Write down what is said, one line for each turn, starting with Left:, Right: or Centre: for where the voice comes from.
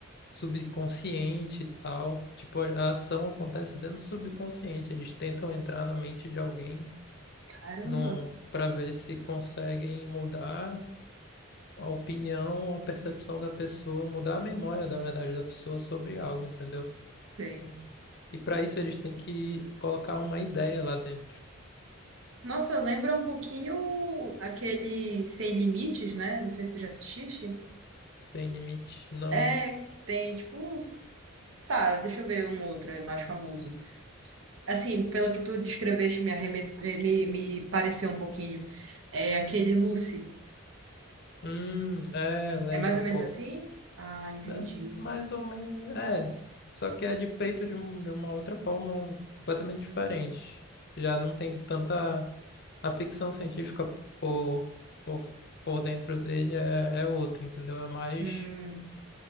Left: subconsciente e tal. Tipo, a a ação acontece dentro do subconsciente. Eles tentam entrar na mente de alguém
Right: Caramba,
Left: num, para ver se conseguem mudar a opinião, a percepção da pessoa, mudar a memória, da verdade, da pessoa sobre algo, entendeu?
Right: sei.
Left: E para isso eles têm que colocar uma ideia lá dentro.
Right: Nossa, lembra um pouquinho aquele Sem Limites, né? Não sei se tu já assististe.
Left: Sem limite, não.
Right: É, que tem, tipo, tá, deixa eu ver um outro, é mais famoso. Assim, pelo que tu descreveste, me, arreme... me, me pareceu um pouquinho. É aquele Lucy.
Left: Hum, é, lembra
Right: É mais ou
Left: um pouco.
Right: menos assim? Ah, entendi.
Left: É, mais ou menos, é. Só que é de feito de, um- de uma outra forma completamente diferente. Já não tem tanta. A ficção científica por, por, por dentro dele é, é outra, entendeu? É mais
Right: Hum.